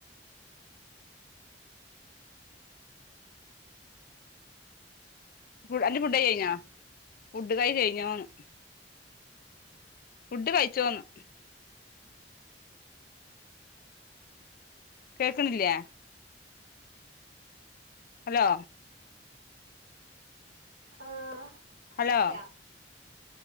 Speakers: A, on the right (about 80°); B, on the left (about 50°).
A: <inaudible>
B: ഫുഡ് അന്റെ ഫുഡായി കൈഞ്ഞോ? ഫുഡ് കഴി കയ്ഞ്ഞോന്ന് ഫുഡ് കയ്ച്ചോന്ന്? കേക്ക്ണില്ലേ? ഹലോ.
A: ആഹ്
B: ഹലോ
A: യാ